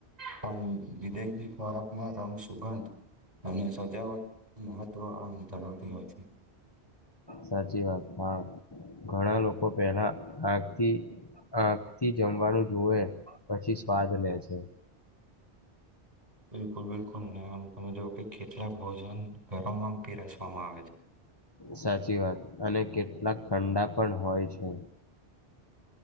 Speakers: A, on the right; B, on the left.
A: પણ વિદેહીી ખોરાકનો રંગ સુગંધ અને સજાવટ મહત્વ આધારથી હોય છે.
B: સાચી વાત હા ઘણા લોકો પેલા આગથી. આખ થી જમવાનું જોવે પછી સ્વાદ લે છે.
A: બિલકુલ બિલકુલ ને આમ તમે જો કે કેટલાક ભોજન ઘરોમાં પીરસવામાં આવે છે.
B: સાચી વાત અને કેટલાક ઠંડા પણ હોય છે.